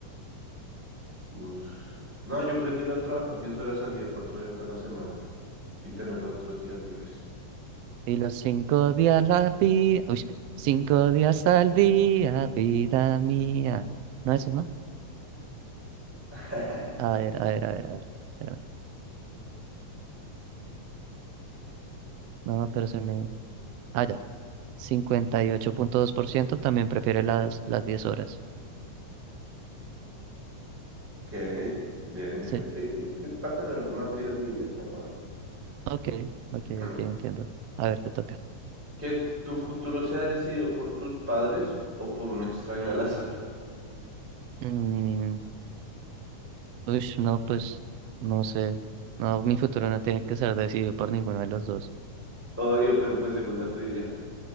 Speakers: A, in the centre; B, on the right (about 75°).
A: Uf. No, yo prefiero trabajar 10 horas al día, 4 días a la semana y tener los otros días libres.
B: Y los cinco días la vida, uy, cinco días al día, vida mía. No, eso no.
A: <laughs>
B: A ver, a ver, a ver, a ver. espérame. No, pero se me. Ah, ya. cincuenta y ocho punto dos por ciento también prefiere las, las 10 horas.
A: Ok, bien, bien,
B: Sí.
A: sí, es que para tener más días libres mejor, ¿no?
B: Ok, ok,
A: <clears throat>
B: ok, entiendo. A ver, te toca.
A: Que tu futuro sea decidido por tus padres o por un extraño al azar.
B: Mm, uy, no, pues, no sé. No, mi futuro no tiene que ser decidido por ninguno de los dos.
A: Obvio, pero pues según la trivia,